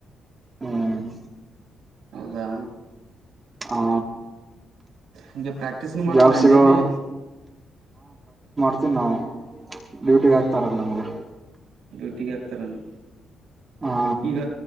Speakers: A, on the right (about 20°); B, on the right (about 85°).
A: ಹ್ಮ್.
B: ಹಾ.
A: ಆ
B: ಹಗೆ ಪ್ರಾಕ್ಟೀಸ್ ಮಾಡ್ತಾರ
A: ಜಾಬ್ ಸಿಗೋ
B: ಡೈಲಿ.
A: ಅ ನ. ಡ್ಯೂಟಿಗೆ ಹಾಕ್ತಾರಲ್ಲ ನಮ್ಗೆ.
B: ದಟಿಗೆ ಆಪ್ತರನು.
A: ಹಾ
B: ಈಗ.